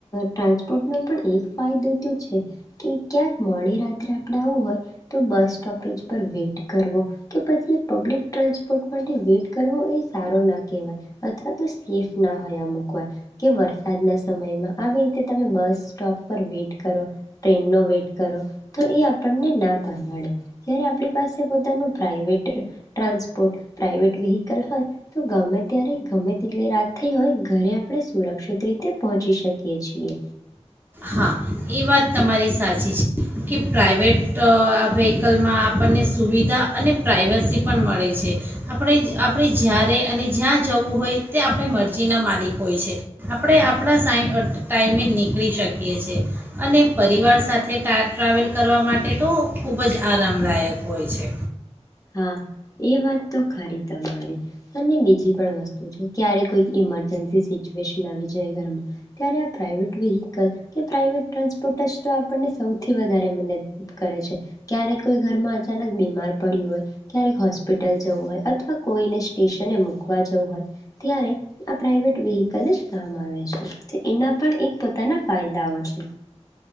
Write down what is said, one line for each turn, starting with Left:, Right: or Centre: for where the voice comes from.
Left: ટ્રાન્સપોર્ટનો પણ એક ફાયદો તો છે કે ક્યાંક મોડી રાત્રે આપણે આવું હોય તો બસ સ્ટોપેજ પર વેઇટ કરવો કે પછી પબ્લિક ટ્રાન્સપોર્ટ માટે વેટ કરવો એ સારો ના કેવાયે અથવા તો સેફ ના હોય અમુકવાર કે વરસાદના સમયમાં આવી રીતે તમે બસ સ્ટોપ પર વેઇટ કરો ટ્રેનનો વેઇટ કરો તો એ આપણને ના પરવાડે જ્યારે આપણી પાસે પોતાનું પ્રાઇવેટ ટ્રાન્સપોર્ટ પ્રાાઈવેટ વ્હીકલ હોય તો ગવર્મે ત્યારે ગમે તેટલી રાત થઈ હોય ઘરે આપણે સુરક્ષિત રીતે પહોંચી શકીએ છીએ
Right: હા એ વાત તમારી સાચી છે કે પ્રાઇવેટ અ વ્હીકલમાં આપણને સુવિધા અને પ્રાઇવસી પણ મળે છે આપણે આપણે જ્યારે અને જ્યાં જવું હોય ત આપણે મરજીના માલિક હોય છે આપણે આપણા સા ટાઈમે નીકળી શકીએ છીએ અને પરિવાર સાથે ટા ટ્રાવેલ કરવા માટે તો ખૂબ જ આરામદાયક હોય છે
Left: હા એ વાત તો ખરી તમારી અને બીજી પણ વસ્તુ છે ક્યારે કોઈક ઈમરજન્સી સિચ્યુએશન આવી જય ઘરમાં ત્યારે આ પ્રાઇવેટ વેહીકલ કે પ્રાઇવેટ ટ્રાન્સપોર્ટ જ તો આપણને સૌથી વધારે મદદ કરે છે ક્યારેક કોઈ ઘરમાં અચાનક બીમાર પડ્યું હોય. ક્યારેક હોસ્પિટલ જવું હોય અથવા કોઈને સ્ટેશને મકવા જવું હોય ત્યારે આ પ્રઇવેટ વેહકલ જ કામ આવે છે એના પણ એક પોતાના ફાયદાઓ છે